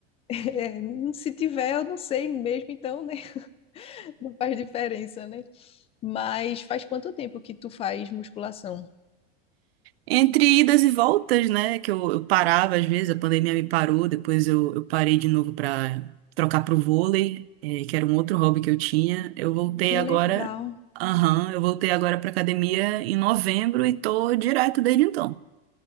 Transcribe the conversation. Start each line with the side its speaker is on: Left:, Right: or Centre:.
Left: <laughs> é, não- se tiver, eu não sei mesmo, então, né? <laughs> Não faz diferença, né? Mas faz quanto tempo que tu faz musculação?
Right: Entre idas e voltas, né? Que eu, eu parava às vezes, a pandemia me parou, depois eu, eu parei de novo para trocar pro vôlei, eh, que era um outro hobby que eu tinha. Eu voltei
Left: Que
Right: agora,
Left: legal.
Right: aham, eu voltei agora para academia em novembro e tô direto desde então.